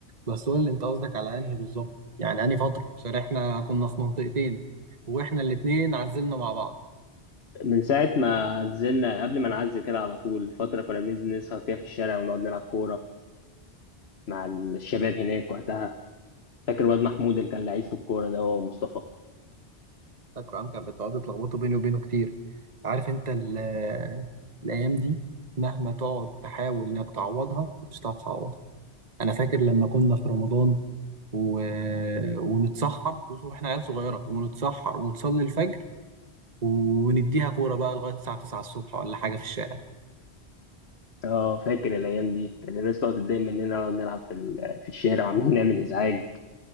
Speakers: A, on the right (about 40°); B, on the left (about 70°).
A: بس قول لي انت قصدك على انهي بالظبط يعني انهي فتره عشان احنا كنا في منطقتين واحنا الاتنين عزلنا مع بعض
B: من ساعه ما نزلنا قبل ما نعزل كده على طول فتره كنا بننزل نسهر فيها في الشارع ونقعد نلعب كوره مع الشباب هناك وقتها فاكر الواد محمود اللي كان لعيب في الكوره ده هو مصطفى
A: فاكر عم كانت بتقعد تلخبطوا بيني وبينه كتير عارف انت ال- الايام دي مهما تقعد تحاول انك تعوضها مش هتعرف تعوضها انا فاكر لما كنا في رمضان و... ونتسحر بص، واحنا عيال صغيره ونتسحر ونصلي الفجر ونديها كوره بقى لغايه الساعه 9 الصبح ولا حاجه في الشارع
B: اه فاكر الايام دي كان الناس تقعد تتضايق مننا نقعد نلعب في ال- في الشارع وعاملين نعمل ازعاج